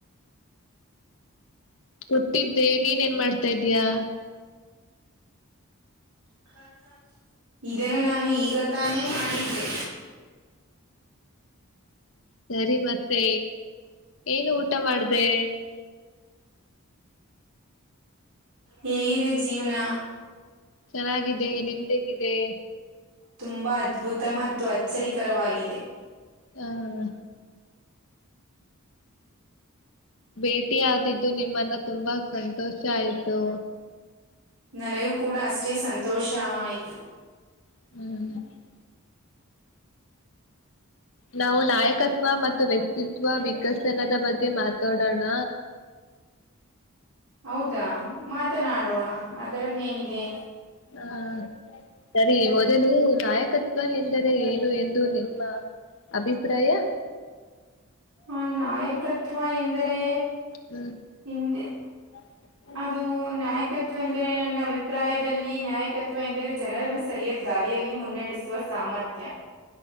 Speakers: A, on the left; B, on the right.
A: ಕೊಟ್ಟಿದ್ದೆ ನೀನೆನ್ ಮಾಡ್ತಾ ಇದಯಾ.
B: ಒಂದ ಸಾವರ ಇದನ್ನು ನಾನು ಈಗ ತಾನೇ ಮಾಡಿದ್ದೆ.
A: ಸರಿ ಮತ್ತೆ ಏನು ಊಟ ಮಾಡದೆ.
B: ಹೇಗಿದೆ ಜೀವನಾ.
A: ಚೆನ್ನಾಗಿದೆ ನಿಮ್ದೇಗಿದೆ.
B: ತುಂಬಾ ಅದ್ಭುತ ಮತ್ತು ಅಚ್ಚರಿಕರವಾಗಿದೆ.
A: ಹ ಭೇಟಿ ಆದಿದ್ದು ನಿಮ್ಮನ್ನು ತುಂಬಾ ಸಂತೋಷ ಆಯ್ತು.
B: ನನಗೂ ಕೂಡಾ ಅಷ್ಟೇ ಸಂತೋಷ ಆಯ್ತು.
A: ಹು ನಾವು ನಾಯಕತ್ವ ಮತ್ತು ವ್ಯಕ್ತಿತ್ವ ವಿಕಸನದ ಬಗ್ಗೆ ಮಾತಾಡೋಣ.
B: ಹೌದಾ ಮಾತನಾಡೋಣಾ ಅದರಲ್ಲೇನಿದೆ.
A: ಹಾ ಸರಿ ಮೊದಲು ನಾಯಕತ್ವ ಎಂದರೆ ಏನು ಎಂದು ನಿಮ್ಮ. ಅಭಿಪ್ರಾಯಾ.
B: ಹಾ ನಾಯಕತ್ವ ಎಂದರೆ.
A: ಹು
B: ಹಿಂದೆ.
A: <inaudible>
B: ಅದು ನಾಯಕತ್ವ ಎಂದರೆ ನನ್ನ ಅಭಿಪ್ರಾಯದಲ್ಲಿ ನಾಯಕತ್ವ ಎಂದರೆ ಜನರನ್ನು. ಸರಿಯಾದ ದಾರಿಯಲ್ಲಿ ಮುನ್ನಡೆಸುವ ಸಾಮರ್ಥ್ಯ.